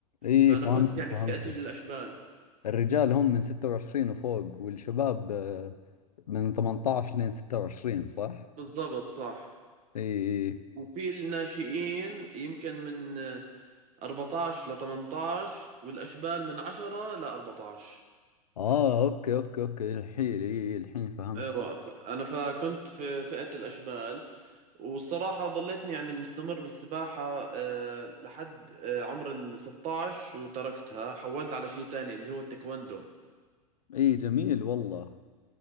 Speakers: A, on the left; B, on the right.
A: اي
B: فأنا
A: فهمتك
B: كنت يعني
A: فهمتك
B: في فئة الأشبال
A: الرجال هم من 26 وفوق والشباب آه، من 18 لين 26 صح؟
B: بالضبط صح
A: اي
B: وفي الناشئين يمكن من 14 ل 18 والأشبال من 10 ل 14
A: اه اوكي اوكي اوكي الحين اي الحين فهمت
B: ايوه ف- انا فكنت في فئة الاشبال والصراحة ضليتني يعني مستمر بالسباحة آه، لحد آه، عمر ال 16 وتركتها حولت على شيء تاني اللي هو التايكوندو
A: اي جميل والله